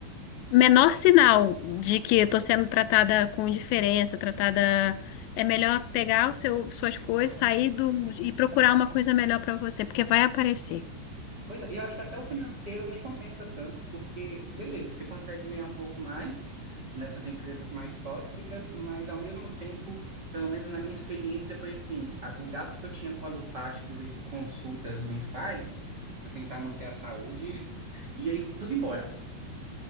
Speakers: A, on the left; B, on the right.
A: menor sinal de que eu estou sendo tratada com indiferença, tratada é melhor pegar o seu, suas
B: Aí
A: coisas,
B: fora.
A: sair do, e procurar uma coisa melhor pra você, porque vai aparecer.
B: Pois é, e eu acho que até o financeiro nem compensa tanto, porque, beleza, você consegue ganhar um pouco mais nessas empresas mais tóxicas, mas ao mesmo tempo, pelo menos na minha experiência, foi assim: a- o gasto que eu tinha com alopáticos e com consultas mensais, para tentar manter a saúde, <laughs> ia in- tudo embora.